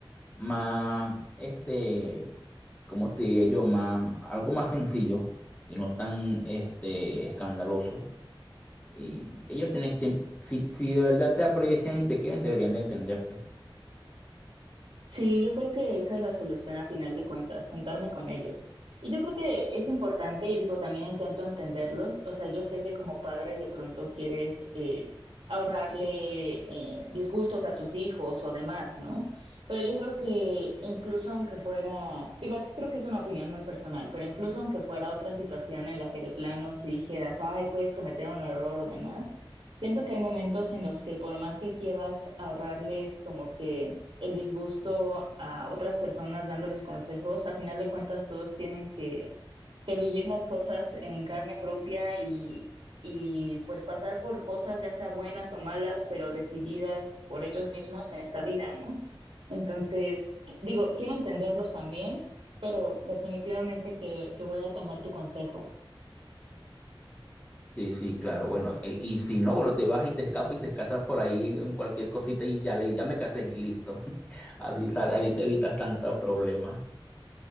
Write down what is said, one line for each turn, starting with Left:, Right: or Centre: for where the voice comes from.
Left: más, este, ¿cómo te diría yo? Más, algo más sencillo y no tan, este, escandaloso. Y ellos tienen, tien- si, si de verdad te aprecian y te quieren, deberían de entenderte.
Right: Sí, yo creo que esa es la solución a final de cuentas, sentarme con ellos. Y yo creo que es importante, y digo, también intento entenderlos. O sea, yo sé que como padre de pronto quieres eh, ahorrarle eh, disgustos a tus hijos o demás, ¿no? Pero yo creo que incluso aunque fuera, digo, aquí creo que es una opinión muy personal, pero incluso aunque fuera otra situación en la que de plano si dijeras, ay, puedes cometer un error o demás, siento que hay momentos en los que por más que quieras ahorrarles como que el disgusto a otras personas dándoles consejos. A final de cuentas, todos tienen que, que vivir las cosas en carne propia y, y pues pasar por cosas, ya sea buenas o malas, pero decididas por ellos mismos en esta vida, ¿no? Entonces, digo, quiero entenderlos también, pero definitivamente que, que voy a tomar tu consejo.
Left: Sí, sí, claro, bueno, e- y si no, bueno, te vas y te escapas y te casas por ahí en cualquier cosita y ya, le, ya me casé y listo. <laughs> Así, sal- ahí te evitas tantos problemas.